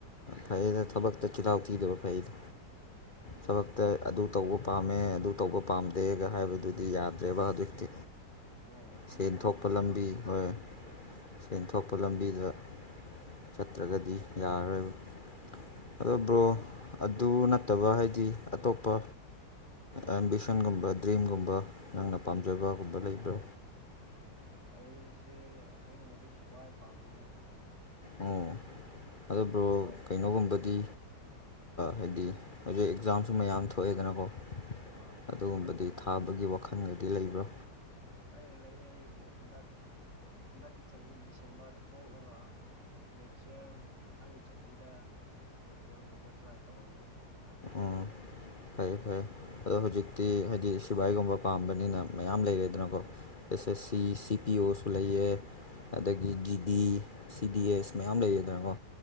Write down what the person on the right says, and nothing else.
ꯍꯣꯏ ꯑꯐꯪ
ꯑꯐꯪꯕꯗ
ꯑꯗꯨꯝ
ꯍꯣꯏ ꯍꯣꯏ
ꯍꯣꯏ
ꯅꯣꯡ
ꯎꯝ
ꯑꯩꯁꯦ ꯑꯁꯦꯡꯕꯗꯤ ꯁꯤꯐꯥꯏ ꯄꯥꯝꯕꯅꯤ
ꯁꯤꯐꯥꯏ
ꯍꯣꯏ
ꯍꯣꯏ ꯂꯩꯌꯦ ꯑꯩ ꯍꯟꯗꯛ ꯍꯟꯗꯛꯀꯤ ꯆꯍꯤ ꯗꯤꯁꯦꯝꯕꯔꯗ ꯊꯣꯛꯂꯒ ꯅꯦꯛꯁ ꯏꯌꯥꯔ ꯃꯊꯪꯒꯤ ꯆꯍꯤꯗ ꯑꯦꯛꯖꯥꯝꯒꯨꯝꯕ ꯇ꯭ꯔꯥꯏ ꯇꯧꯦꯅ ꯈꯜꯂꯤ
ꯍꯣꯏ
ꯍꯣꯏ